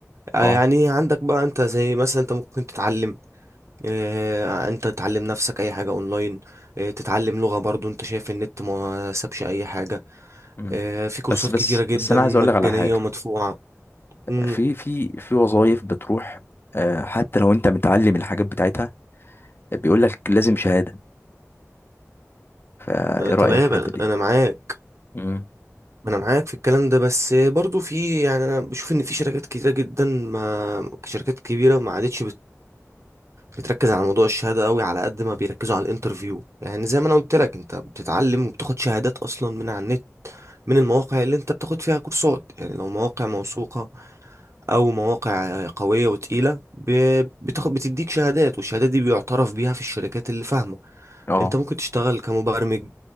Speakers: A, on the right (about 60°); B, on the left (about 45°).
A: آه،
B: اه
A: يعني عندك بقى انت زي مثلا انت ممكن تتعلم آه، انت تتعلم نفسك اي حاجه اونلاين آه، تتعلم لغه برضو انت شايف النت ما سابش اي حاجه
B: مم.
A: آه، في كورسات
B: بس بس
A: كتيره جدا
B: بس انا
A: مجانيه
B: عايز اقول لك على حاجه
A: ومدفوعه امم
B: في في في وظايف بتروح آه حتى لو انت متعلم الحاجات بتاعتها بيقول لك لازم شهاده فايه رايك
A: تمام
B: في الحته
A: انا
B: دي
A: أنا معاك
B: امم
A: ما انا معاك في الكلام ده بس برضو في يعني انا بشوف ان في شركات كتيره جدا ما شركات كبيره ما عادتش بت بتركز على موضوع الشهاده قوي على قد ما بيركزوا على الانترفيو يعني زي ما انا قلت لك انت بتتعلم وبتاخد شهادات اصلا من على النت من المواقع اللي انت بتاخد فيها كورسات يعني لو مواقع موثوقه او مواقع قويه وتقيله ب- بتاخد بتديك شهادات والشهادات دي بيعترف بيها في الشركات اللي فاهمه
B: اه
A: انت ممكن تشتغل كمبرمج